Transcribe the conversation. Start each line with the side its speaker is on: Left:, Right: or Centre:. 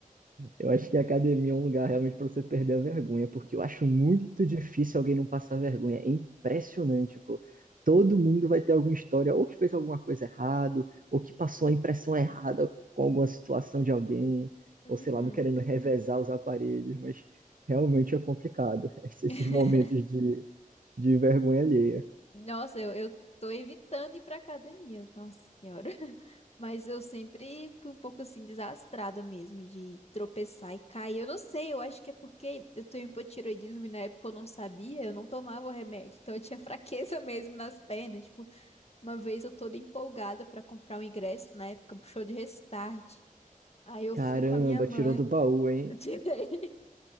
Right: Eu acho que a academia é um lugar realmente para você perder a vergonha, porque eu acho muito difícil alguém não passar vergonha. É impressionante, pô. Todo mundo vai ter alguma história, ou que fez alguma coisa errada, ou que passou a impressão errada com alguma situação de alguém,
Left: Uhum.
Right: ou sei lá, não querendo revezar os aparelhos, mas realmente é complicado. <laughs> Esses
Left: <laughs>
Right: esses momentos de, de vergonha alheia.
Left: Nossa, eu, eu tô evitando ir pra academia, nossa senhora. <laughs> Mas eu sempre fui um pouco assim desastrada mesmo de tropeçar e cair. Eu não sei, eu acho que é porque eu tenho hipotireoidismo e na época eu não sabia, eu não tomava o remédio. Então eu tinha fraqueza <laughs> mesmo nas pernas. Tipo, uma vez eu toda empolgada pra comprar um ingresso, na época pro show de Restart. Aí eu
Right: Caramba,
Left: fui com a minha mãe,
Right: tirou do baú,
Left: <laughs>
Right: hein?
Left: eu tirei.